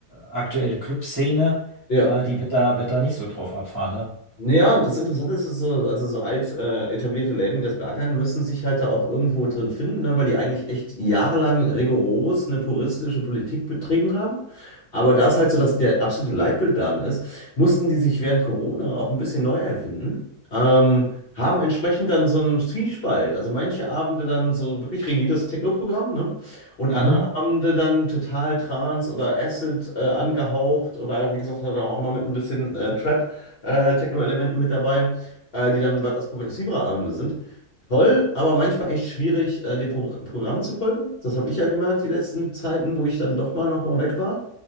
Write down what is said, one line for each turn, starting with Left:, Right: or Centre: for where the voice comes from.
Right: aktuelle Clubszene,
Left: Ja.
Right: äh, die wird da, wird da nicht so drauf abfahren, ne?
Left: Ja, das Interessante ist, ist so, also so alt äh, etablierte Läden wie das Berghain müssen sich halt da auch irgendwo drin finden, ne, weil die eigentlich echt jahrelang rigoros eine puristische Politik betrieben haben. Aber da es halt so dass der absolute Leitbildladen ist, mussten die sich während Corona auch ein bisschen neu erfinden, ähm, haben entsprechend dann so einen Zwiespalt. Also manche Abende dann so wirklich rigides Techno-Programm, ne? Und andere
Right: Mhm.
Left: Abende dann total Trance oder Acid äh, angehaucht oder wie gesagt, halt auch mal mit ein bisschen äh, Trap äh, Techno-Elementen mit dabei, äh, die dann etwas progressivere Abende sind. Toll, aber manchmal echt schwierig, äh, dem Pro Programm zu folgen. Das habe ich ja gemerkt, die letzten Zeiten, wo ich dann doch mal noch mal weg war,